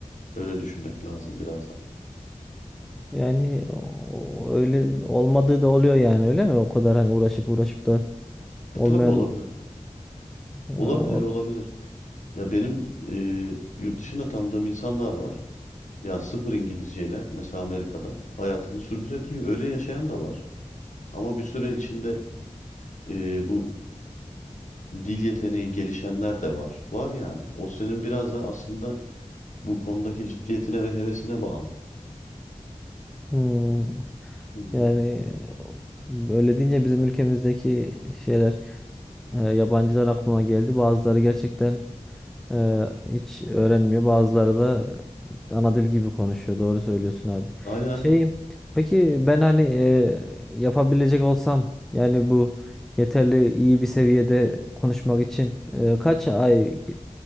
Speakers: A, on the left; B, in the centre.
A: Böyle düşünmek lazım biraz da.
B: Yani o- öyle olmadığı da oluyor yani öyle mi? O kadar hani uğraşıp uğraşıp da olmayan
A: E tabii olabilir.
B: ya,
A: Olabilir,
B: o-
A: olabilir. Ya benim e, yurt dışında tanıdığım insanlar var. Yani sıfır İngilizceyle mesela Amerika'da hayatını sürdürebiliyor. Öyle yaşayan da var. Ama bir süre içinde e, bu dil yeteneği gelişenler de var. Var yani. O senin biraz da aslında bu konudaki ciddiyetine ve hevesine bağlı.
B: Hmm.
A: Hı hı.
B: Yani böyle deyince bizim ülkemizdeki şeyler e, yabancılar aklıma geldi. Bazıları gerçekten e, hiç öğrenmiyor. Bazıları da ana dil gibi konuşuyor. Doğru söylüyorsun abi.
A: Aynen aynen.
B: Şey, peki ben hani e, yapabilecek olsam yani bu yeterli iyi bir seviyede konuşmak için e, kaç ay ge-